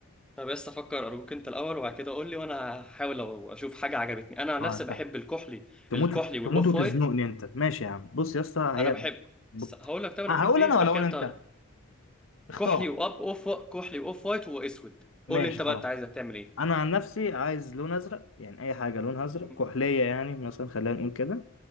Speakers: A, in the centre; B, on the left (about 80°).
A: طب بس افكر ارجوك انت الاول وبعد كده قول لي وانا هحاول لو اشوف حاجه عجبتني انا عن
B: اه
A: نفسي
B: انت
A: بحب الكحلي
B: تموت
A: الكحلي والاوف
B: تموت وتزنقني
A: وايت
B: انت ماشي يا عم بص يا اسطى هي
A: انا بحب
B: ب-
A: س- هقول لك طب انا
B: أه، هقول
A: بحب ايه
B: انا
A: بعد
B: ولا اقول
A: كده
B: انت
A: انت
B: اختار
A: كحلي واب اوف وا- كحلي واوف وايت واسود
B: ماشي
A: قول لي انت
B: خلاص
A: بقى انت عايز تعمل ايه
B: انا عن نفسي عايز لون ازرق يعني اي حاجه لونها ازرق
A: مم.
B: كحليه يعني مثلا خلينا نقول كده